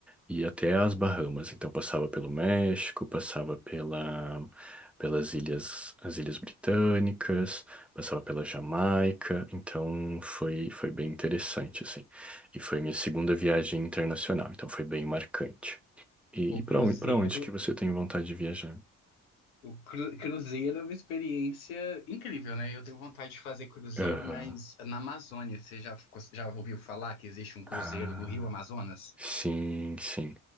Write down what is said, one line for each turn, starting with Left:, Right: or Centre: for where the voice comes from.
Centre: e ia até as Bahamas. Então, passava pelo México, passava pela, pelas ilhas, as Ilhas Britânicas, passava pela Jamaica. Então, foi, foi bem interessante, assim. E foi minha segunda viagem internacional, então foi bem marcante. E,
Left: O
Centre: e para
Left: cruzeiro
Centre: onde, para onde que você tem vontade de viajar?
Left: O cru- cruzeiro é uma experiência incrível, né? Eu tenho vontade de fazer cruzeiro,
Centre: Aham.
Left: mas na Amazônia. Você já, ficou- já ouviu falar que existe um cruzeiro
Centre: Ah,
Left: no Rio Amazonas?
Centre: sim, sim.